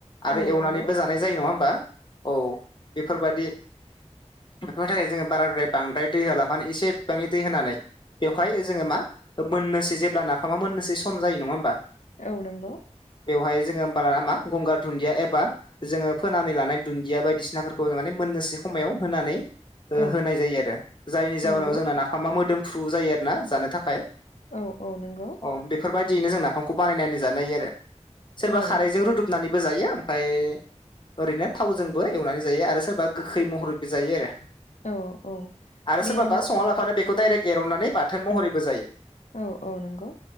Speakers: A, on the left (about 40°); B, on the left (about 75°).
A: आरो
B: औ
A: एवनानैबो
B: नंगौ
A: जानाय जायो नङा होमबा औ बेफोरबायाददि बेफोरनि थाखाय जोङो बाराद्राय बांद्राय दै होलाफानो एसे बिबांनि दै होनानै बेवहाय जोङो मा मोननोसै जेब्ला नाफामा मोननोसै सम जायो नङा होमबा।
B: औ नंगौ।
A: बेवहाय जोङो होमबाना नामा गंगार दुनन्दिया एबा जोङो फोनानै लानाय दुन्दिया बायदिसिनाफोरखौ माने मोनननोस समायाव होनानै
B: औ
A: होनाय जायो आरो जायनि जाउोनाव
B: नंगौ
A: जोंना नाफामा मोदोमफ्रु जायो आरो ना जानो थाखाय।
B: औ औ नंगौ।
A: औ बेफोरबायदिैनो जों नाफामखौ बानायनानै जानाय हायो आरो सोरबा
B: औ
A: खारजों रुदु बनानैबो जायो ओमफफ्राय ओरैनो थावजोंबो एवनानै जायो आरो सोरबा गोखै महरैबो जायो आरो
B: औ औ
A: आरो
B: बे
A: सोरबाबा
B: ना
A: सङना लाफानो बेखौ डाइरेक्ट एरवनानै बाथोन महरैबो जायो।
B: औ औ नंगौ